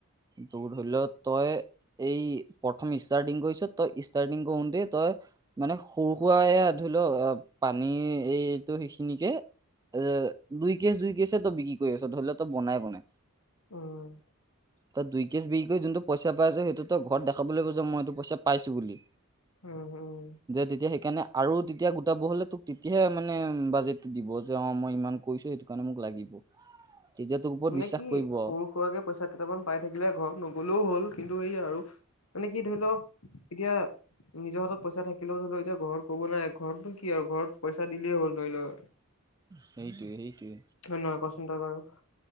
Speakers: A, on the right; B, on the left.
A: তোৰ ধৰি লও তই এই প্ৰথম ষ্টাৰ্টিং কৰিছ, তই ষ্টাৰ্টিং কৰোঁতে তই মানে সৰু সুৰা এয়া ধৰি লও, পানী এইটো সেইখিনিকে এ দুই কেছ, দুই কেছে তই বিক্ৰী কৰি আছ, ধৰি লওঁ তই বনাই বনাই।
B: উম।
A: তই দুই কেছ বিক্ৰি কৰি যোনটো পইচা পাইছ, সেইটো তই ঘৰত দেখাব লাগিব যে মই এইটো পইচা পাইছো বুলি।
B: উম উম
A: যে তেতিয়া সেইকাৰণে আৰু তেতিয়া গোটাব হলে তোক তেতিয়াহে মানে বাজেটো দিব। যে অ মই ইমান কৰিছো সেইটো কাৰণে মোক লাগিব। তেতিয়া তোৰ ওপৰত
B: মানে
A: বিশ্বাস
B: কি
A: কৰিব
B: সৰু
A: আও
B: সুৰাকে পইচা কেইটামান পাই থাকিলে, ঘৰত নগলেও হ'ল। কিন্তু এইয়া আৰু মানে কি ধৰি লও, এতিয়া নিজৰ হাতত পইচা থাকিলেও ধৰি লও এতিয়া ঘৰত ক'ব নাই, ঘৰতটো কি আৰু ঘৰত পইচা দিলেই হ'ল ধৰি লওঁ।
A: সেইটোৱে সেই টোৱে
B: হয় নহয় কচোন তই বাৰু